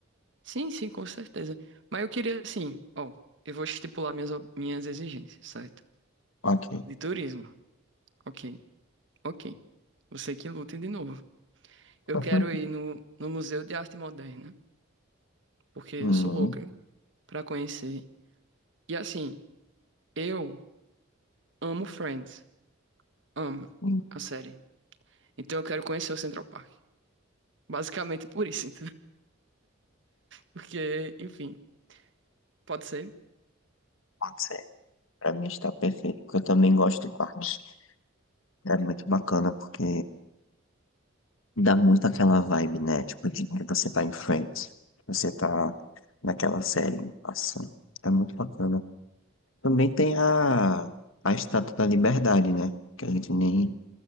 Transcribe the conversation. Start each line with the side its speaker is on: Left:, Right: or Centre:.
Right: sim, sim, com certeza. Mas eu queria, assim, ó, eu vou estipular minhas, o- minhas exigências, certo?
Left: Ok.
Right: De turismo. Ok, ok. Você que lute de novo. Eu
Left: <laughs>
Right: quero ir no, no Museu de Arte Moderna. porque eu
Left: Uhum.
Right: sou louca pra conhecer. E assim, eu amo Friends, amo
Left: Hum,
Right: a série. Então eu quero conhecer o Central Park. <laughs> Basicamente por isso, então. <laughs> Porque, enfim, pode ser.
Left: pode ser. Para mim está perfeito, porque eu também gosto de parques. É muito bacana porque dá muito aquela vibe, né? Tipo, de que você tá em frente, você tá naquela série, nossa, é muito bacana. Também tem a, a Estátua da Liberdade, né? Que a gente nem,